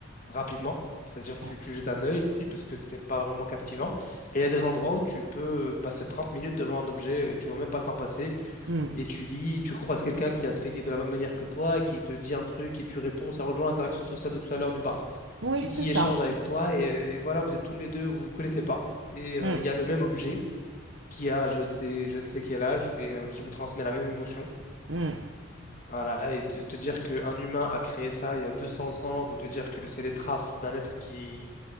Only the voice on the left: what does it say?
rapidement. C'est-à-dire tu,
tu jettes un œil parce que c'est pas vraiment captivant. Et il y a des endroits où tu peux passer 30 minutes devant un objet, euh, tu vois même pas le temps passer
et tu dis, tu croises quelqu'un qui est intrigué de la même manière que toi et qui te dit un truc et tu réponds, ça rejoint l'interaction sociale de tout à l'heure du bar
et
qui
échange avec toi et, euh, et voilà, vous êtes tous les deux, vous vous connaissez pas et euh,
il y a le même objet qui a je sais, je ne sais quel âge et euh, qui vous transmet la même émotion.
Voilà, et te, te dire qu'un humain a créé ça il y a 200 ans ou te dire que c'est les traces d'un être qui,